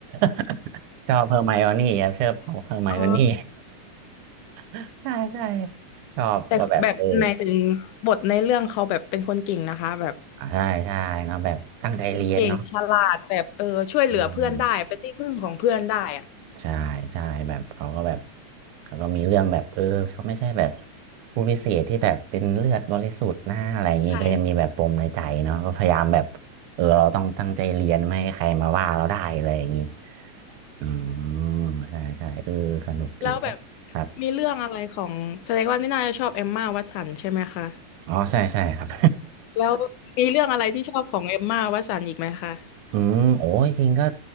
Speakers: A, on the right (about 80°); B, on the left (about 80°).
A: <laughs> ชอบเฮอร์ไมโอนี่ครับชอบเฮอร์ไมโอนี่
B: <laughs> อ๋อ
A: <laughs> ใช่ใช่ชอบก็แบบเออ
B: แต่แบบหมายถึงบทในเรื่องเขาแบบเป็นคนเก่งนะคะแบบ
A: อ่ะใช่ใช่เนาะแบบตั้งใจเรียนเนาะ
B: เก่งฉลาดแบบเออช่วยเหลือเพื่อนได้เป็นที่พึ่งของเพื่อนได้อะ
A: อืมใช่ใช่แบบเขาก็แบบเขาก็มีเรื่องแบบเออเขาไม่ใช่แบบผู้พิเศษที่แบบเป็นเลือดบริสุทธิ์หน้าอะไรอย่างงี้ก็ยังมีแบบปมในใจเนาะก็พยายามแบบเออเราต้องตั้งใจเรียนไม่ให้ใครมาว่าเราได้อะไรอย่างงี้
B: ใช่
A: อืมใช่ใช่เออสนุกดี
B: แล้วแบบ
A: ครับ
B: มีเรื่องอะไรของแสดงว่านี่น่าจะชอบเอมม่าวัตสันใช่ไหมคะ
A: อ๋อใช่ใช่ครับ
B: แล้วมีเรื่องอะไรที่ชอบของเอมม่าวัตสันอีกไหมคะ
A: <laughs> อืมโอ้ยจริงก็